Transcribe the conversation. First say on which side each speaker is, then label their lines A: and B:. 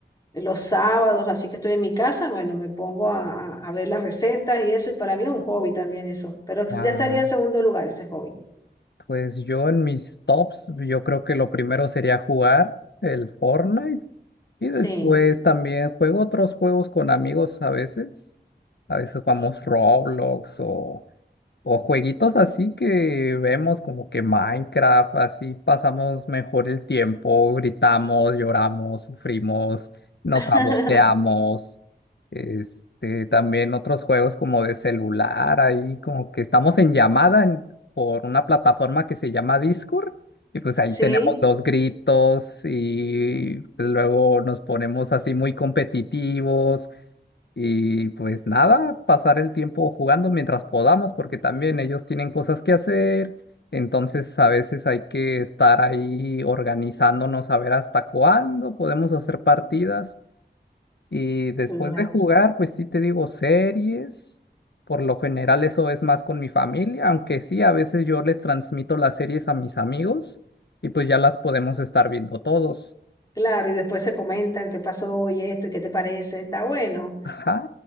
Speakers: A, on the left; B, on the left.
A: los sábados, así que estoy en mi casa, bueno, me pongo a, a- a ver las recetas y eso, y para mí es un hobby también eso, pero
B: ah,
A: ya estaría en segundo lugar ese hobby.
B: Pues yo en mis tops, yo creo que lo primero sería jugar el Fortnite y después
A: Sí.
B: también juego otros juegos con amigos a veces. A veces jugamos Roblox o o jueguitos así que vemos como que Minecraft, así pasamos mejor el tiempo, gritamos, lloramos, sufrimos, nos
A: <laughs>
B: saboteamos. Este, también otros juegos como de celular, ahí como que estamos en llamada en- por una plataforma que se llama Discord, y pues ahí tenemos
A: Sí,
B: los gritos y pues, luego nos ponemos así muy competitivos. Y pues nada, pasar el tiempo jugando mientras podamos, porque también ellos tienen cosas que hacer. Entonces a veces hay que estar ahí organizándonos a ver hasta cuándo podemos hacer partidas. Y después
A: claro.
B: de jugar, pues sí te digo series. Por lo general eso es más con mi familia, aunque sí, a veces yo les transmito las series a mis amigos y pues ya las podemos estar viendo todos.
A: Claro, y después se comentan qué pasó y esto y qué te parece, está bueno.
B: Ajá,